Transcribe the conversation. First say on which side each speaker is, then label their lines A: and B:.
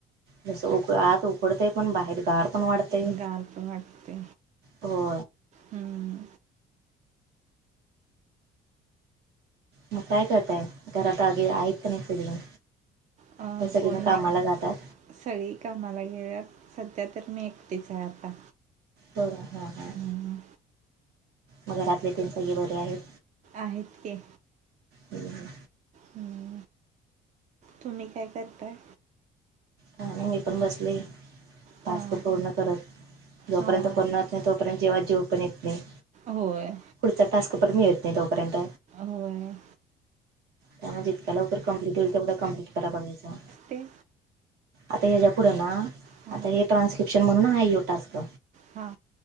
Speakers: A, on the right; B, on the right.
A: जस उक आत उघडतय पण बाहेर गार पण वाढतय
B: गार पण वाटते
A: हो.
B: हम्म.
A: मग काय करताय घरात आगे आहेत का नाही सगळीजण.
B: अं,
A: का सगळीजण
B: कोण
A: कामाला
B: नाही
A: जातात.
B: सगळी कामाला गेल्यात सध्या तर मी एकटीच आहे आता.
A: हो हम हम
B: हम्म.
A: मग घरातले तेन सगळे बरे आहेत.
B: आहेत कि.
A: हम्म.
B: हमम. तुम्ही काय करताय?
A: काय नाय मी पण बसले टास्क
B: हां
A: पूर्ण करत जोपर्यंत
B: हां
A: पुर्ण तोपर्यंत जिवात जिव पण येत नाही.
B: होय.
A: पुढचा टास्क पण मिळत नाही तोपर्यंत.
B: होय.
A: त्यामुळ जितक्या लवकर कम्प्लिट होईल तेवंढ कम्प्लिट कराय बघायचा.
B: ते <unintelligible>
A: आता ह्याच्या पुढं ना
B: हां
A: आता हे ट्रान्सक्रिप्शन म्हणून आहे यो टास्क.
B: हा.